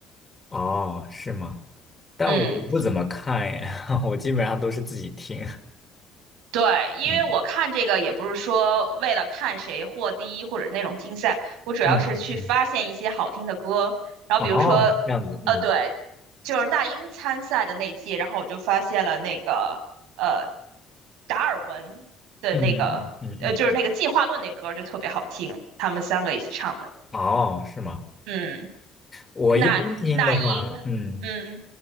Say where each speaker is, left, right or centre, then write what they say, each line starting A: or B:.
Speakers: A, on the left (about 25°); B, on the right (about 85°).
A: 哦，是吗？但我不怎么看耶，
B: 嗯，
A: <laughs> 我基本上都是自己听。
B: 对，因为我看这个也不是说为了看谁获第一或者那种竞赛，
A: 嗯
B: 我主要是去发现一些好听的歌。
A: 嗯嗯嗯。
B: 然后比如说，
A: 哦，这样子，嗯
B: 呃，对，就是那英参赛的那届，然后我就发现了那个。呃达尔文的那个，
A: 嗯嗯嗯嗯。
B: 呃，就是那个进化论那歌就特别好听，
A: 嗯
B: 他们三个一起唱的。
A: 哦，是吗？
B: 嗯，
A: 我一般听的话，
B: 那那英，
A: 嗯，
B: 嗯，